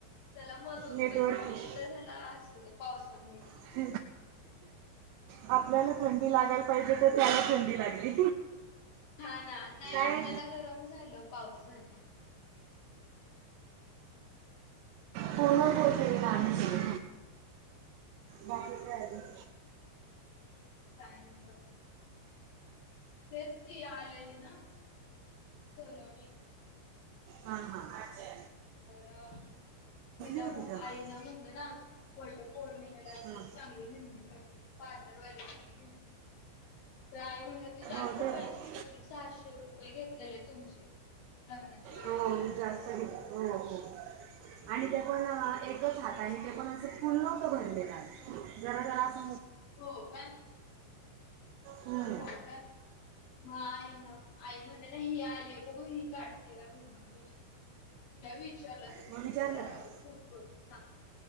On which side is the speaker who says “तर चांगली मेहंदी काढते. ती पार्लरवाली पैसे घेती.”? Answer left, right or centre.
Left